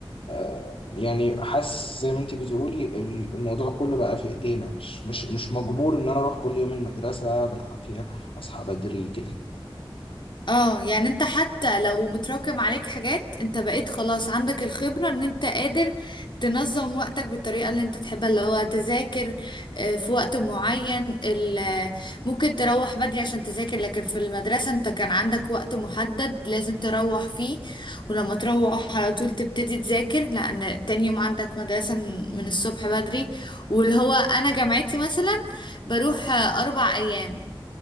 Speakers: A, on the left; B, on the left.
A: آه، يعني حاسس زي ما انت بتقولي ال- الموضوع كله بقى في ايدينا مش مش مش مجبور ان انا اروح كل يوم المدرسة بالعافية اصحى بدري كده
B: اه يعني انت حتى لو متراكم عليك حاجات انت بقيت خلاص عندك الخبرة ان انت قادر تنظم وقتك بالطريقة اللي انت تحبها اللي هو تذاكر آه، في وقت معين ال- آه، ممكن تروح بدري عشان تذاكر لكن في المدرسة انت كان عندك وقت محدد لازم تروح فيه ولما تروح على طول تبتدي تذاكر لان تاني يوم عندك مدرسة من من الصبح بدري واللي هو انا جامعتي مثلا بروح آه، اربع ايام